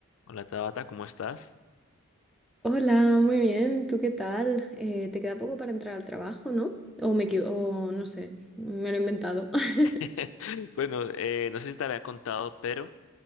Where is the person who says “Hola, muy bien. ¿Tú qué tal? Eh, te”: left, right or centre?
Centre